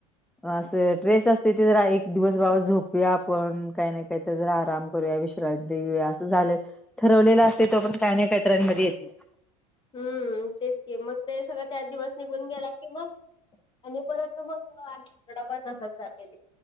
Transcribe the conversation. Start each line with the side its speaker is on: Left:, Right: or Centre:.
Centre: असं ट्रेस असते ते जरा एक दिवस बाबा झोपूया आपण काही नाही. काहीतरी जरा आराम करूया विश्रांती घेऊया असं झालं ठरवलेल असतेय. तो पर्यंत काय नाही काहीतऱमध्ये आणि येतय.
Left: हम्म. तेच की. मग ते सगळं त्यात दिवस निघून गेला की मग- आणि परत मग आ आठवडाभर तसाच जातोय. ते